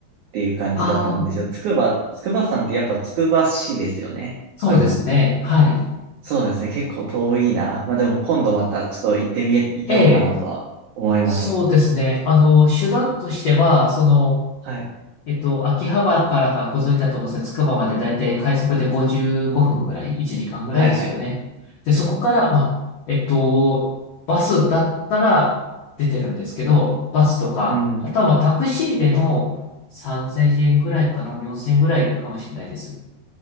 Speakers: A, on the right (about 80°); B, on the left (about 75°).
A: ていう感じだと思うんですよ。
B: ああ、
A: 筑波、筑波山ってやっぱ筑波市ですよね。
B: そうですね。
A: あるの。
B: はい。
A: そうですね。結構遠いな。まあでも今度またちょっと行ってみようかなとは思います。
B: ええ、そうですね。あの、手段としては、その、
A: はい。
B: えっと、秋葉原からがご存知だと思うんですつくばまでだいたい快速で55分ぐらい ?1 時間ぐらいですよね。
A: はいはい。
B: で、そこから、まあ、えっと、バスだったら出てるんですけど、バスとか、
A: うん。
B: あとはまあタクシーでも3000円ぐらいかな、4000円ぐらいかもしれないです。